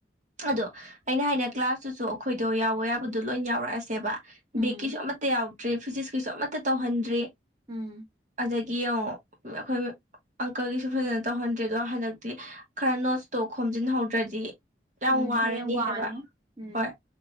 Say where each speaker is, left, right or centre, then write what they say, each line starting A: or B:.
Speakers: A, on the right (about 40°); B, on the right (about 20°).
A: ꯑꯗꯣ ꯑꯩꯅ ꯍꯥꯏꯅ ꯀ꯭ꯂꯥꯁꯇꯨꯁꯨ ꯑꯩꯈꯣꯏꯗꯣ ꯌꯥꯎꯕ ꯌꯥꯕꯗꯣ ꯂꯣꯏ ꯌꯥꯎꯔꯛꯑꯁꯦꯕ
B: ꯎꯝ
A: ꯕꯦꯛꯀꯤꯁꯨ ꯑꯃꯠꯇ ꯌꯥꯎꯗ꯭ꯔꯦ ꯐꯤꯖꯤꯛꯁꯀꯤꯁꯨ ꯑꯃꯠꯇ ꯇꯧꯍꯟꯗ꯭ꯔꯦ
B: ꯎꯝ
A: ꯑꯗꯨꯗꯒꯤ ꯑ ꯑꯩꯈꯣꯏ ꯑꯪꯀꯜꯒꯤꯁꯨ ꯐꯖꯅ ꯇꯧꯍꯟꯗ꯭ꯔꯦ ꯑꯗꯣ ꯍꯟꯗꯛꯇꯤ ꯈꯔ ꯅꯣꯠꯁꯇꯣ ꯈꯣꯝꯖꯤꯟꯍꯧꯗ꯭ꯔꯗꯤ ꯌꯥꯝ
B: ꯎꯝ
A: ꯋꯥꯔꯅꯤ
B: ꯍꯌꯦꯡ ꯋꯥꯅꯤ
A: ꯍꯥꯏꯕ
B: ꯎꯝ
A: ꯍꯣꯏ